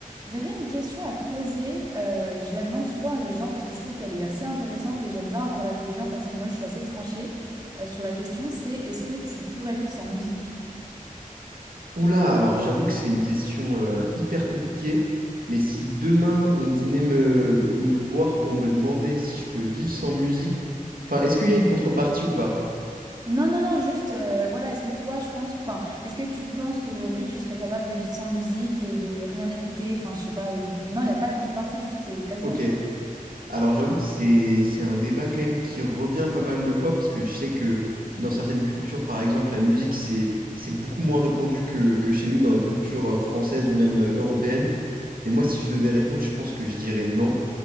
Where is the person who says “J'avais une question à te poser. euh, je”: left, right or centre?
Right